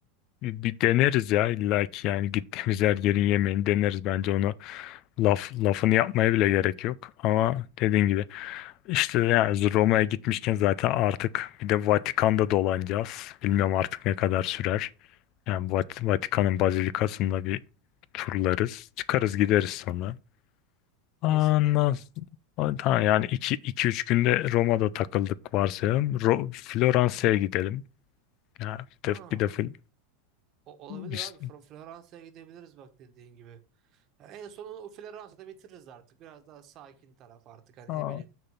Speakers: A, on the left; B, on the right.
A: e, bir deneriz ya illa ki yani gittiğimiz her yerin yemeğini deneriz bence onu. Laf, lafını yapmaya bile gerek yok. Ama dediğin gibi işte yani Roma'ya gitmişken zaten artık bir de Vatikan'da dolanacağız. Bilmiyorum artık ne kadar sürer. Yani Vat- Vatikan'ın bazilikasında bir turlarız. Çıkarız gideriz sonra. Ondan
B: Kesinlikle.
A: s- o- Tamam yani 2-3 günde Roma'da takıldık varsayalım. Ro Floransa'ya gidelim. Yani bir
B: Ha.
A: de, bir de Fl-
B: O olabilir
A: işte-
B: abi. Fr- Floransa'ya gidebiliriz bak dediğin gibi. Ya En sonunu o Floransa'da bitiririz artık. Biraz daha sakin taraf artık hani
A: Aa,
B: ne bileyim.